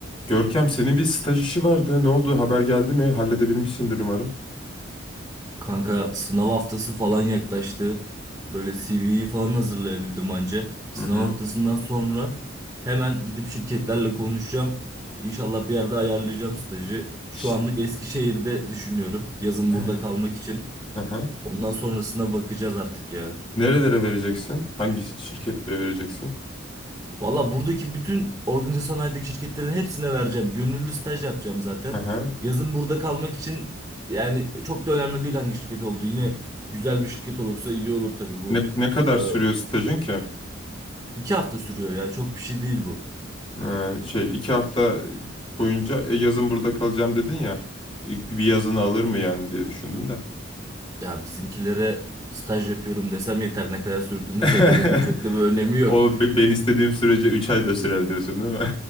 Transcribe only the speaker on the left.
Görkem senin bir staj işi vardı. Ne oldu? Haber geldi mi? Halledebilmişsindir umarım.
Hı hı.
Ş-
<clears throat>
Hı hı.
Nerelere vereceksin? Hangi şirketlere vereceksin?
Hı hı.
Ne, ne kadar
sürüyor stajın ki?
Ha, şey iki hafta boyunca e, yazın burada kalacağım dedin ya. İlk Bir yazını alır mı yani diye düşündüm de.
<laughs>
O be- ben istediğim sürece 3 ay da sürer diyorsun değil mi?